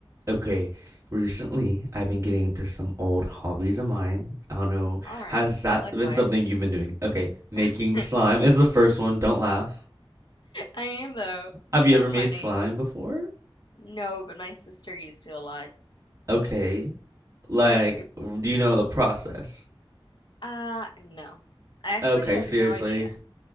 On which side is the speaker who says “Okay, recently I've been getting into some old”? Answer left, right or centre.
Right